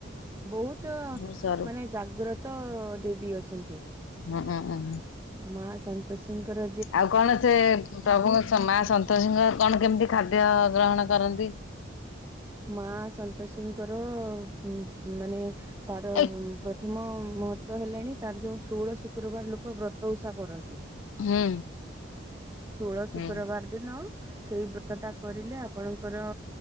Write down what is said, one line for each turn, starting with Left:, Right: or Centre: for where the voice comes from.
Right: ବହୁତ
Left: ମୁଁ ସରୁ
Right: ମାନେ ଜାଗ୍ରତ ଦେବୀ ଅଛନ୍ତି।
Left: ଅଁ ଅଁ।
Right: ମା ସନ୍ତୋଷିଙ୍କର
Left: ଆଉ କଣ ସେ ପ୍ରଭୁଙ୍କ ମା ସନ୍ତୋଷୀଙ୍କର କଣ କେମିତି ଖାଦ୍ୟ ଗ୍ରହଣ କରନ୍ତି?
Right: ମା ସନ୍ତୋଷୀଙ୍କର ଉଁମ୍ ମାନେ ତାର
Left: ଏଇ
Right: ପ୍ରଥମ ମହତ୍ଵ ହେଲାଣି ତାର ଯୋଉ ଷୋହଳ ଶୁକ୍ରବାର ଲୋକ ବ୍ରତ୍ ଓଷା କରନ୍ତି।
Left: ହୁଁ।
Right: ଷୋଳ ଶୁକ୍ରବାର
Left: ହୁଁ
Right: ଦିନ ସେଇ ବ୍ରତ ଟା କରିଲେ ଆପଣଙ୍କର